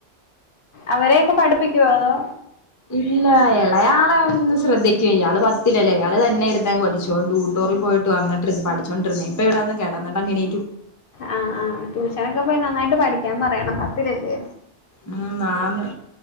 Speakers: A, on the left; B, on the left.
A: അവരെയൊക്കെ പഠിപ്പിക്കുവോ അതോ
B: ഇല്ല ഇളയാള ഒന്ന് ശ്രദ്ധിക്കും ഇയാള് പത്തിലല്ലേ ഇയാള് തന്നെ ഇരുന്നെ പഠിച്ചോണ്ട്ട്ട കൊറി പോയിട്ട് വന്നിട്ട് പഠിച്ചുകൊ ഇപ്പ ഇവിടെന്ന് കിടന്ന്‌ അങ്ങന്
A: ആ ആ ട്യൂഷനൊക്കെ പോയി നന്നായിട്ട് പഠിക്കാൻ പറയണം പത്തിലല്ലേ
B: ഉം ആന്ന്‌